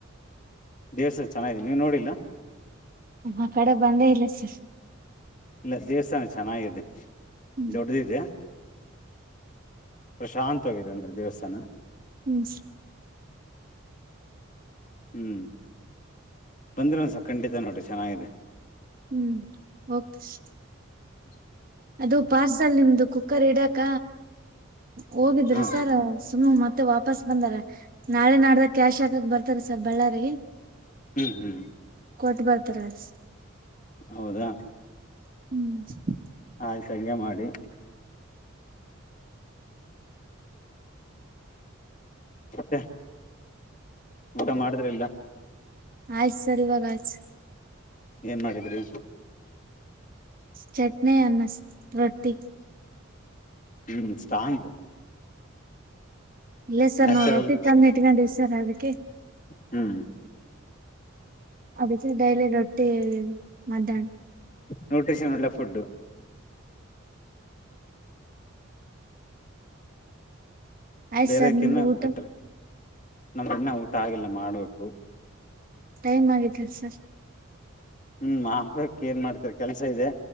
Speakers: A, on the left; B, on the right.
A: ದೇವಸ್ಥಾನ ಚೆನ್ನಗಿದೆ ನೀವ್ ನೋಡಿಲ್ಲ
B: ಆಕಡೆ ಬಂದೇ ಇಲ್ಲ ಸರ್
A: ಇಲ್ಲ ದೇವಸ್ಥಾನ ಚೆನ್ನಾಗಿದೆ
B: ಹ್ಮ್
A: ದೊಡ್ದಿದೆ ಪ್ರಾಶಾಂತವಾಗಿದೆ ಅಂದ್ರೆ ದೇವಸ್ಥಾನ
B: ಹ್ಮ್
A: ಹ್ಮ್ ಬಂದ್ರ ಒಂದಸ ಖಂಡಿತ ನೋಡ್ರಿ ಚೆನ್ನಾಗಿದೆ
B: ಹ್ಮ್ಓಕೆ ಸ್
A: ಹ್ಮ <inaudible>
B: ಅದು ಪಾರ್ಸಲ್ ನಿಮ್ದು ಕುಕ್ಕರ್ ಇಡಾಕ ಹೋಗಿದ್ರಿ
A: ಹಾ
B: ಸರ್ ಸುಮ್ ಮತ್ತೆ ವಾಪಸ್ ಬಂದಾರ ನಾಳೆ ನಾಡ್ದಾಗ ಕ್ಯಾಶ್ ಹಾಕಕ್ ಬರ್ತಾರ ಸ ಬಳ್ಳಾರಿಗೆ
A: ಹ್ಮ್ ಹ್ಮ್
B: ಕೊಟ್ ಬರ್ತಾರ ಸ್
A: ಹೌದಾ
B: ಹ್ಮ್
A: ಆಯ್ತ್ ಅಂಗೆ ಮಾಡಿ ಮತ್ತೆ ಊಟ ಮಾಡಿದ್ರ ಇಲ್ಲಾ
B: ಆಯ್ತು ಸರ್ ಇವಾಗ ಆಯ್ತ್ ಸ್
A: ಏನ್ ಮಾಡಿದ್ರಿ
B: ಚಟ್ನಿ ಅನ್ನ ಸ್ ರೊಟ್ಟಿ
A: ಹ್ಮ್ ಸ್ಟಾಂಗು
B: ಇಲ್ಲೇ ಸರ್
A: ನ್ಯಾಚುರಲ್
B: ನಾವ ರೊಟ್ಟಿ ತಂದ್ ಇಟ್ಕೊಂಡಿವ ಸರ್ ಅದಕ್ಕೆ.
A: ಹ್ಞೂ.
B: ಅದೀಕ್ಕೆ ಡೈಲಿ ರೊಟ್ಟಿ ಮಧ್ಯಾಹ್ನ.
A: ನ್ಯೂಟ್ರಿಷನ ಒಳ್ಳೆ ಫುಡ್.
B: ಆಯ್ತ್
A: ಬೇರೆ
B: ಸರ್ ನಿಮ್ದು
A: ಕಿನ
B: ಊಟ
A: ಬೆಟರ್ ನಮ್ ಇನ್ನ ಊಟ ಆಗಿಲ್ಲ ಮಾಡ್ಬೇಕು.
B: ಟೈಮ್ ಆಗೈತೆ ಸರ್.
A: ಹ್ಮ್ ಮಾಡ್ಬೇಕ್ ಏನ್ ಮಾಡ್ತೀರ ಕೆಲ್ಸ ಇದೆ